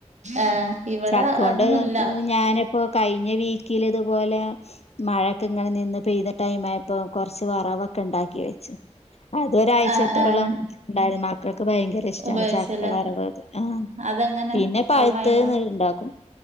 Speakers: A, on the right; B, on the left.
A: ഏഹ് ഇവിടെ
B: ചക്കോണ്ട്.
A: അതൊന്നുല്ല
B: <unintelligible> ഞാനിപ്പോ കഴിഞ്ഞ വീക്കില് തതുപോലെ. മഴൊക്കെ ഇങ്ങനെ നിന്ന് പെയ്ത ടൈമായ പ്പോ കൊറച്ച് വറവൊ ക്കെ ഇണ്ടാക്കി വെച്ച് അത് ഒരാഴ്ചത്തോളം
A: ആഹ് ആഹ്
B: ണ്ടായിരു മക്കൾക്ക് ഭയങ്കര ഇഷ്ട്ടാണ്
A: ഉപയോഗിച്ചല്ലേ
B: ചക്ക ഗ്രാന്റ. ആഹ്
A: അതെങ്ങനെ
B: പിന്നെ പഴുത്തേന്ന്ണ്ടാക്കും.
A: ടൈമായിണ്ടാവും